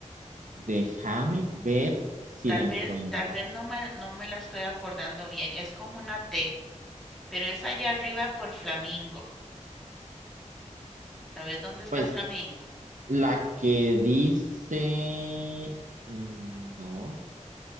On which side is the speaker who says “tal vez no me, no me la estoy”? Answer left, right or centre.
Centre